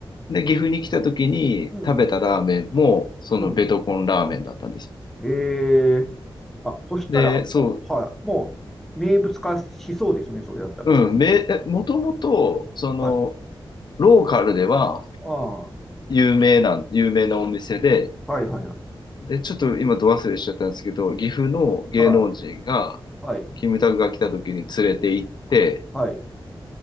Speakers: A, on the left; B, in the centre.
A: で、岐阜に来た時に食べたラーメンも、
B: うん。
A: そのベトコンラーメンだったんです。
B: うん。ええあ、そしたらもう、
A: で、そう、
B: はい。もう、名物化しそうですよね、それだったら。
A: うん、め、えもともと、その、
B: はい。
A: ローカルでは
B: あ
A: 有名な、有名なお店で、
B: あ、はいはいはい。
A: で、ちょっと今、ど忘れしちゃったんですけど、岐阜の芸能人が、
B: はい。はい。
A: キムタクが来た時に連れて行って、
B: はい。